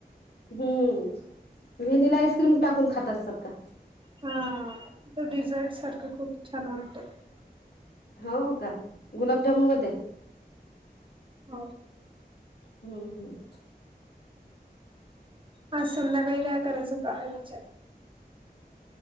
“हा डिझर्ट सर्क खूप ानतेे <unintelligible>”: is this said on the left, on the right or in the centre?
Right